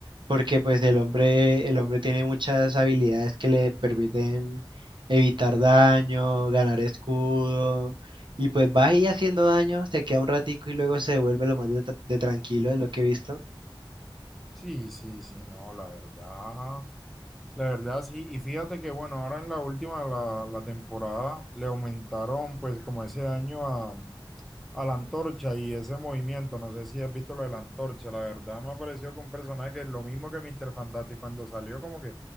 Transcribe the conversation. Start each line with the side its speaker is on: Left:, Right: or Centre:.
Right: porque pues el hombre, el hombre tiene muchas habilidades que le permiten evitar daño, ganar escudo, y pues va ahí haciendo daño, se queda un ratico y luego se vuelve lo más de, tra- de tranquilo, es lo que he visto.
Centre: Sí, sí, sí, no, la verdad, la verdad sí, y fíjate que bueno, ahora en la última, la, la temporada, le aumentaron pues como ese daño a, a la antorcha y ese movimiento, no sé si has visto lo de la antorcha, la verdad me ha parecido que un personaje que es lo mismo que Mr. Fantastic cuando salió, como que